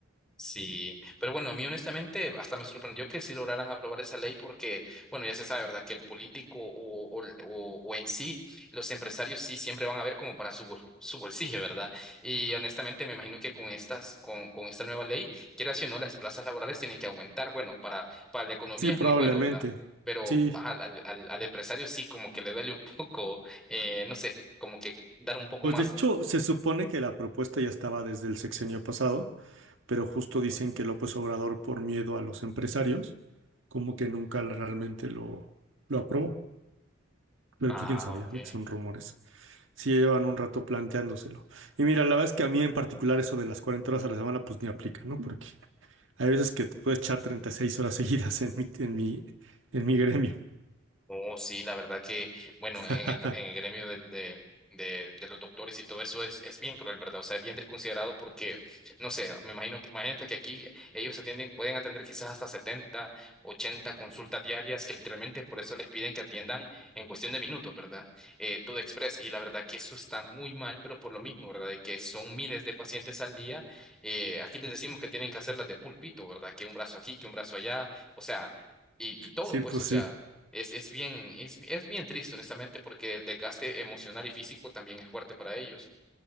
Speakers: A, in the centre; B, on the right.
A: Sí, pero bueno, a mí honestamente hasta me sorprendió que sí lograran aprobar esa ley porque, bueno, ya se sabe, ¿verdad? Que el político o, o, o- o en sí, los empresarios sí siempre van a ver como para su, bol- su bolsillo, ¿verdad? Y honestamente me imagino que con estas, con, con esta nueva ley, quieras o no, las plazas laborales tienen que aumentar. Bueno, para, para la economía
B: Sí,
A: es
B: probablemente.
A: muy bueno, ¿verdad? Pero
B: Sí.
A: ajá, al, al, al empresario sí como que le duele un <laughs> poco, eh, no sé, como que dar un poco
B: Pues
A: más.
B: de hecho, se supone que la propuesta ya estaba desde el sexenio pasado, pero justo dicen que López Obrador, por miedo a los empresarios, como que nunca realmente lo, lo aprobó. Pero
A: Ah,
B: pues quién sabía,
A: ok.
B: que son rumores. Sí, ya llevan un rato planteándoselo. Y mira, la verdad es que a mí en particular eso de las 40 horas a la semana, pues ni aplica, ¿no? Porque Hay veces que te puedes echar 36 horas <laughs> seguidas en mi, en mi, en mi gremio.
A: No, sí, la verdad que, bueno,
B: <laughs>
A: en el, en el gremio del- de, de, de los doctores y todo eso es, es bien cruel, ¿verdad? O sea, es bien desconsiderado porque, no sé, me imagino que, imagínate que aquí ellos atienden, pueden atender quizás hasta 70, 80 consultas diarias que literalmente por eso les piden que atiendan en cuestión de minutos, ¿verdad? Eh, todo express. Y la verdad que eso está muy mal, pero por lo mismo, ¿verdad? De que son miles de pacientes al día. eh, aquí les decimos que tienen que hacerlas de pulpito, ¿verdad? Que un brazo aquí, que un brazo allá. O sea y, y todo,
B: Sí,
A: pues,
B: pues
A: o sea,
B: sí.
A: es, es bien, es, es bien triste, honestamente, porque el desgaste emocional y físico también es fuerte para ellos.